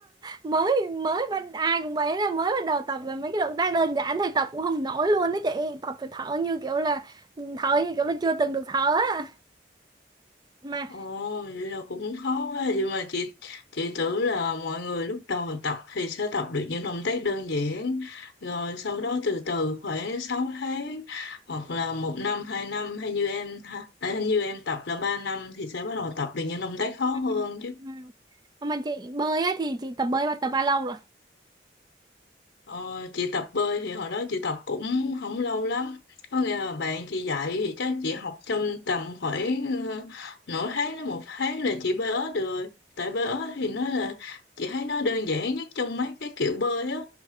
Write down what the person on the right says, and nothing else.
mới mới bắt ai cũng vậy là mới bắt đầu tập là mấy cái động tác đơn giản thôi tập cũng không nổi luôn đó chị tập phải thở như kiểu là thở như kiểu là chưa từng được thở á mà
Ừ,
ừ. Còn Mà chị bơi á thì chị tập bơi và tập bao lâu rồi?